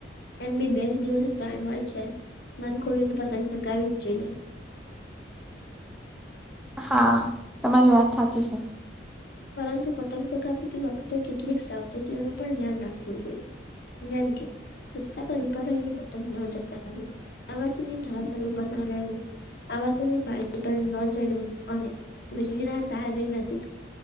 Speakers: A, on the left; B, in the centre.
A: એમ બી બેજ દિવસ ઉતરાયણ હોય છે, મન ખોલીને પતંગ ચગાવીજ જોઈએ.
B: હા, તમારી વાત સાચી છે.
A: પરંતુ પતંગ ચગાવતી વખતે, કેટલીક સાવચેતીઓનું પણ ધ્યાન રાખવું જોઈએ. જેમ કે રસ્તા પર ઉભા રહીને પતંગ ના ચગાવી, અગાસી ની ધાર પર ઊભા ના રહેવું. અગાસીની પારી પર ન ચડવું, અને વીજળીના તારની નજીક